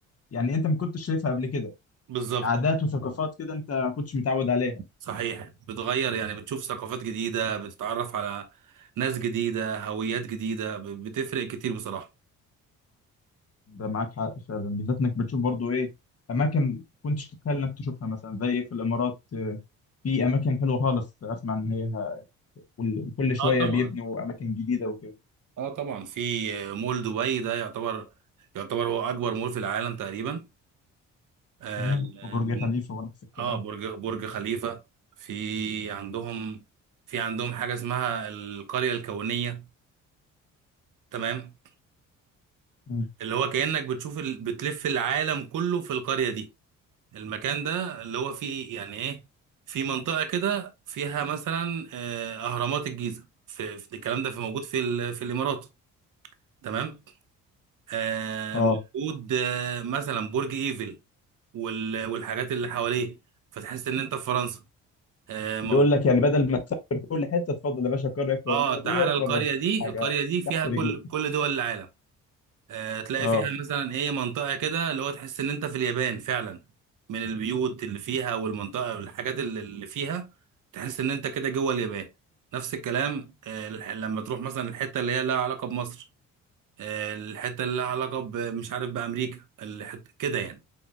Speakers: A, on the left; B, on the right.
A: يعني انت ما كنتش شايفها قبل كده
B: بالظبط
A: عادات وثقافات كده انت ما كنتش متعود عليها
B: صحيح بتغير يعني بتشوف ثقافات جديدة بتتعرف على ناس جديدة هويات جديدة ب- بتفرق كتير بصراحة
A: ده معاك حق فعلا بالذات انك بتشوف برضو ايه اماكن كنتش تتخيل انك تشوفها مثلا زي في الامارات آه، في اماكن حلوه خالص اسمع ان هي وال- وكل شويه
B: اه طبعا
A: بيبنوا اماكن جديده وكده
B: اه طبعا في مول دبي ده يعتبر يعتبر هو أكبر مول في العالم تقريبا آه
A: مم. وبرج
B: من-
A: خليفه ونفس الكلام
B: آه، برج برج خليفة في عندهم في عندهم حاجة اسمها القرية الكونية تمام
A: مم.
B: اللي هو كأنك بتشوف ال... بتلف العالم كله في القرية دي المكان ده اللي هو فيه يعني ايه في منطقة كده فيها مثلا آه، أهرامات الجيزة في في- الكلام ده في موجود في ال- في الإمارات تمام آه،
A: اه
B: موجود آه، مثلا برج إيفل وال- والحاجات اللي حواليه فتحس إن أنت في فرنسا آه، موجود
A: بيقول لك يعني بدل ما تسافر كل حته تفضل يا باشا القريه الفلانيه
B: اه تعالى
A: دي اتفرج
B: القرية دي
A: حاجه
B: القرية دي فيها
A: تحت رجلك
B: كل كل دول العالم آه، تلاقي
A: اه
B: فيها مثلا ايه منطقة كده اللي هو تحس ان انت في اليابان فعلا من البيوت اللي فيها والمنطقة والحاجات اللي اللي فيها تحس ان انت كده جوه اليابان نفس الكلام آه، الح- لما تروح مثلا الحتة اللي هي لها علاقة بمصر آه، الحتة اللي لها علاقة ب- مش عارف بأمريكا الحتة كده يعني